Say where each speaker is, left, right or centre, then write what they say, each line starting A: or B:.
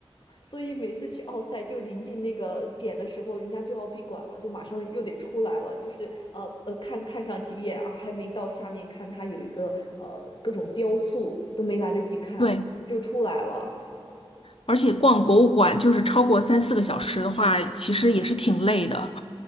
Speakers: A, on the left (about 55°); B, on the left (about 70°).
A: 所以每次去奥赛就临近那个点的时候，人家就要闭馆了，就马上又得出来了，就是呃呃看看上几眼啊，还没到下面看，它有一个呃各种雕塑都没来得及看就出来了。
B: 对，而且逛博物馆就是超过三四个小时的话，其实也是挺累的。